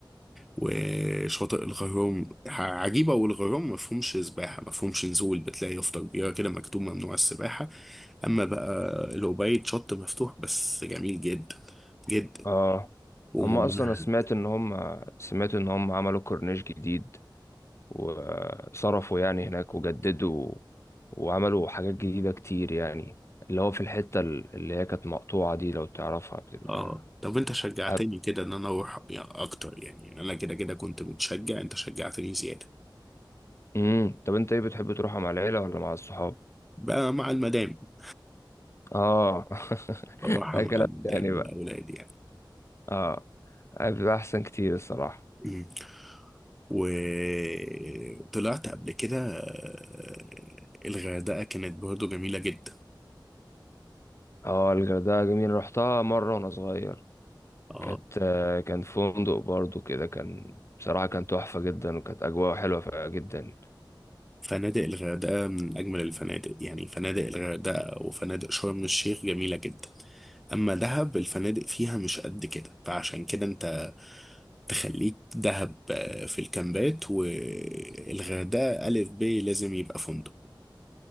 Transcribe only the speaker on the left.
اه
اما اصلا أنا سمعت ان هم سمعت ان هم عملوا كورنيش جديد وصرفوا يعني هناك وجددوا وعملوا حاجات جديدة كتير يعني اللي هو في الحتة ال- اللي هي كانت مقطوعة دي لو تعرفها بتبقى
أب...
مم. طب انت ايه بتحب تروحها مع العيلة ولا مع الصحاب؟
اه <laughs>
ده
كلام
تاني بقى
اه آه، بيبقى احسن كتير الصراحة
اه الغردقة جميل رحتها مرة وانا صغير
كانت آه، كان فندق برضو كده كان بصراحة كان تحفة جدا وكانت أجواء حلوة جدا